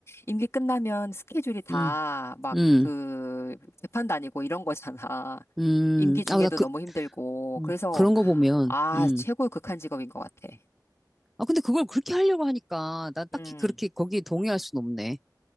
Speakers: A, on the left; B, in the centre.
A: 임기 끝나면 스케줄이 다
B: 음,
A: 막
B: 음,
A: 그 재판 다니고 이런 거잖아.
B: 음.
A: 임기 중에도
B: 아, 나 그,
A: 너무 힘들고
B: 어,
A: 그래서
B: 그런 거 보면,
A: 아,
B: 음.
A: 최고의 극한 직업인 것 같아.
B: 아, 근데 그걸 그렇게 하려고 하니까, 난 딱히
A: 음,
B: 그렇게 거기에 동의할 순 없네.